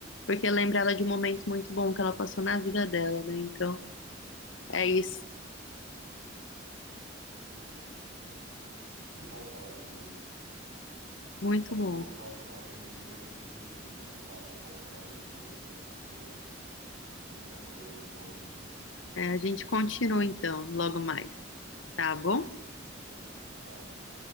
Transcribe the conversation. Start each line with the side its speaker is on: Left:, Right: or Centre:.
Left: porque lembra ela de um momento muito bom que ela passou na vida dela, né? Então, é isso.
Right: é interessante. Muito bom falar de música. Quem
Left: Muito
Right: sabe
Left: bom.
Right: numa próxima vez aí a gente não, não fala um pouco mais de música, né? Porque tem muita coisa boa.
Left: É, a gente continua então, logo mais, tá
Right: Valeu.
Left: bom?
Right: Valeu. Tchau.